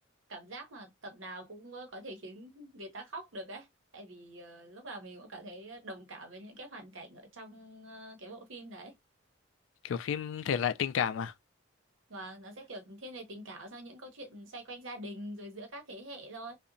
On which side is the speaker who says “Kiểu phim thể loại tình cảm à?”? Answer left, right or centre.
Left